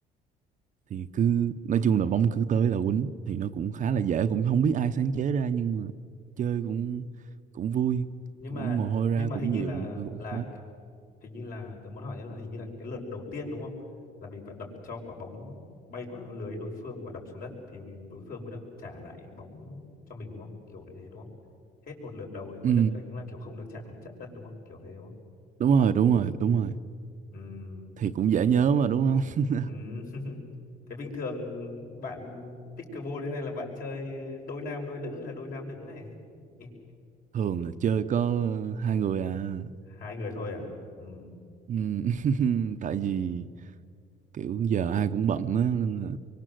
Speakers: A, on the right; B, on the left.
A: thì cứ nói chung là bóng cứ tới là quýnh thì nó cũng khá là dễ cũng không biết ai sáng chế ra nhưng mà chơi cũng cũng vui
B: nhưng
A: cũng
B: mà
A: mồ hôi
B: nhưng
A: ra
B: mà
A: cũng
B: hình như
A: nhiều
B: là
A: nhưng mà cũng
B: là
A: khoái
B: hình như là tớ muốn hỏi là hình như là cái lượt đầu tiên đúng không là mình phải đập cho quả bóng bay qua lưới đối phương và đập xuống đất thì đối phương mới được trả lại bóng cho mình đúng không kiểu như thế đúng không hết một lượt đầu thì mới
A: ừ
B: được đánh là kiểu không được chạm chạm đất đúng không kiểu thế đúng không
A: đúng rồi đúng rồi đúng rồi
B: Ừm,
A: thì cũng dễ nhớ mà đúng không <laughs>
B: ừm. <laughs> thế bình thường bạn pickleball thế này là bạn chơi đôi nam đôi nữ hay là đôi nam nữ này <laughs>
A: thường là chơi có ờ, hai người à
B: hai người thôi à Ừm,
A: ừ. <laughs> tại vì kiểu giờ ai cũng bận á nên là